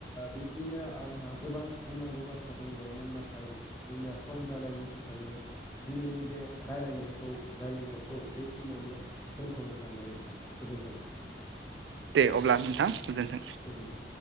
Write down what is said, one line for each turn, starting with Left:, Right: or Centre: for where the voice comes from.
Left: बिब्दिनो आंहा गोबां बुंनांगौ बाथ्रा दंबावोमोन नाथाय। जोंनिया सम जानायनि थाखायनो। दिनैनि बे रायलायनायखौ रायलायनायखौ बेखिनियावनो दोनथ'नो सानबाय नोंथां। गोजोन्थों।
Right: दे अब्ला नोंथां गोजोन्थों।
Left: गोजोन्थों।